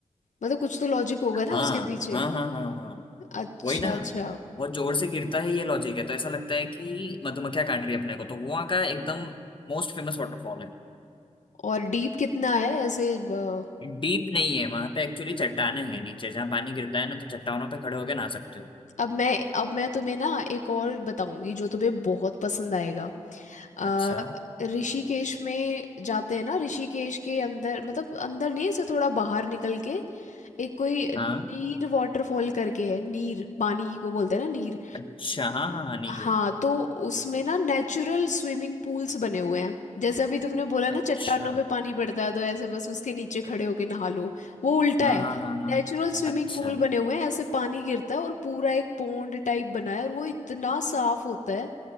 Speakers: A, on the left (about 75°); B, on the left (about 40°).
A: मतलब कुछ तो लॉजिक होगा
B: हाँ
A: ना उसके पीछे
B: हाँ हाँ हाँ हाँ
A: अच्छा
B: वही ना
A: अच्छा
B: बहुत जोर से गिरता है ये लॉजिक है तो ऐसा लगता है कि मधुमक्खियां काट रही है अपने को तो वहाँ का एकदम मोस्ट फेमस वाटरफॉल है
A: और डीप कितना है ऐसे अ,
B: डीप नहीं है वहां पे एक्चुअली चट्टाने हैं नीचे जहाँ पानी गिरता है ना तो चट्टानों पे खड़े होके नहा सकते हो
A: अब मैं अब मैं तुम्हें ना एक और बताऊंगी जो तुम्हें बहुत पसंद आएगा अ,
B: अच्छा
A: ऋषिकेश में जाते हैं ना ऋषिकेश के अंदर मतलब अंदर नहीं ऐसे थोड़ा बाहर निकल के एक कोई
B: हाँ
A: नीर वाटरफॉल करके है नीर पानी को बोलते हैं ना नीर
B: अच्छा हाँ हाँ हाँ, नील
A: हाँ तो उसमें ना नेचुरल स्विमिंग पूल्स बने हुए हैं जैसे अभी तुमने बोला ना
B: अच्छा
A: चट्टानों पे पानी पड़ता है तो ऐसे बस उसके नीचे खड़े होके नहा लो वो उल्टा
B: हाँ
A: है
B: हाँ हाँ
A: नेचुरल
B: हाँ,
A: स्विमिंग
B: अच्छा
A: पूल बने हुए हैं ऐसे पानी गिरता है और पूरा एक पॉन्ड टाइप बना है और वो इतना साफ होता है